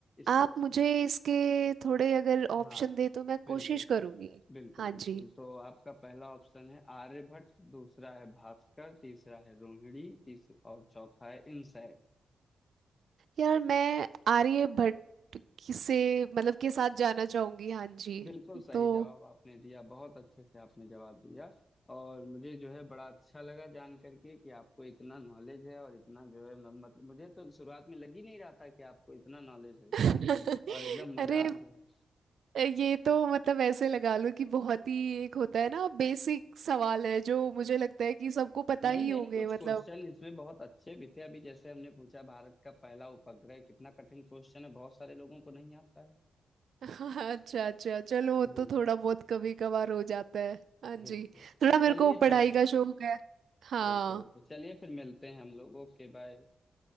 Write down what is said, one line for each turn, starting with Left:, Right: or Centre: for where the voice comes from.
Right: आप
Left: स्पेस
Right: मुझे
Left: में
Right: इसके थोड़े अगर ऑप्शन
Left: हाँ
Right: दे तो मैं
Left: बिल्कुल
Right: कोशिश करूंगी
Left: बिल्कुल
Right: हाँ
Left: बिल्कुल
Right: जी
Left: तो आपका पहला ऑप्शन है आर्यभट्ट दूसरा है भास्कर तीसरा है रोहिणी तीसरा और चौथा है इनसैट
Right: यार मैं आर्यभट्ट किसे मतलब के साथ जाना चाहूंगी हाँ जी
Left: बिल्कुल सही
Right: तो
Left: जवाब आपने दिया बहुत अच्छे से आपने जवाब दिया और मुझे जो है बड़ा अच्छा लगा जान करके कि आपको इतना नॉलेज है और इतना जो है म- मतलब मुझे तो शुरुआत में लग ही नहीं रहा था कि आपको इतना नॉलेज होगा
Right: <laughs>
Left: और एकदम
Right: अरे
Left: मजा आ गया
Right: ये तो मतलब ऐसे लगा लो कि बहुत ही एक होता है ना बेसिक सवाल है जो मुझे लगता है कि सबको पता
Left: नहीं
Right: ही
Left: नहीं
Right: होंगे
Left: कुछ
Right: मतलब
Left: क्वेश्चन इसमें बहुत अच्छे भी थे अभी जैसे हमने पूछा भारत का पहला उपग्रह कितना कठिन क्वेश्चन है बहुत सारे लोगों को नहीं आता है
Right: <laughs> अच्छा अच्छा चलो वो तो
Left: बिल्कुल
Right: थोड़ा बहुत कभी कभार हो जाता है हाँ जी
Left: बिल्कुल
Right: थोड़ा मेरे
Left: चलिए
Right: को पढ़ाई
Left: ठीक है
Right: का शौक है हाँ
Left: ओके ओके चलिए फिर मिलते हैं हम लोग ओके बाय